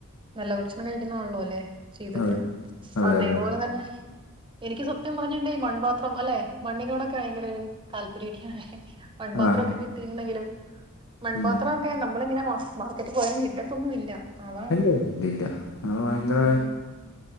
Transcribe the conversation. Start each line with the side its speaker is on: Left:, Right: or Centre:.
Right: നല്ല ഭക്ഷണം കഴിക്കുന്നതാണല്ലോ അല്ലെ ജീവിതത്തിൽ
Left: അതെ അതെ
Right: അതേപോലെ
Left: അതെ
Right: തന്നെ എനിക്ക് സത്യം പറഞ്ഞിണ്ടേ മൺപാത്രം അല്ലെ മണ്ണിനോടൊക്കെ ഭയങ്കര ഒരു താല്പര്യൊക്കെയാണ് മൺപാത്രക്കെ
Left: ആഹ്
Right: കിട്ടിട്ടുണ്ടെങ്കിലും മൺപാത്രം
Left: ഉം
Right: ഏഹ് നമ്മളിങ്ങനെ മാർക്കറ്റ് പോയാലും കിട്ടത്തൊന്നും ഇല്ല അതാണ്
Left: ഇല്ല ഇല്ല ഇല്ല ഇല്ല അത് ഭയങ്കര
Right: ഉം